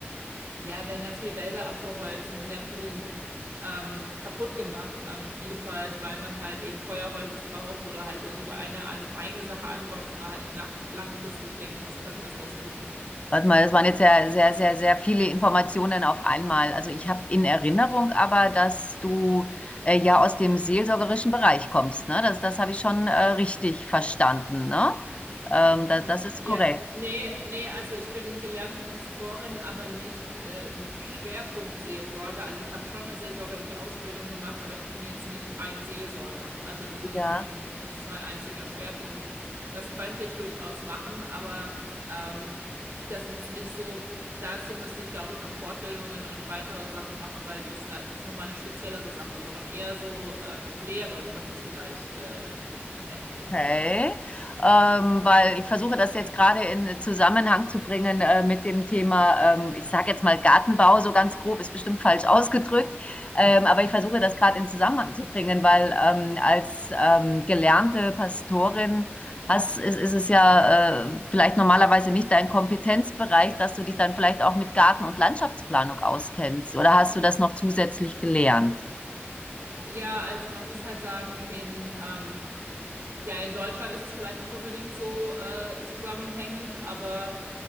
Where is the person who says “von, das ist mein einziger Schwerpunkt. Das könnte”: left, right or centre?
Right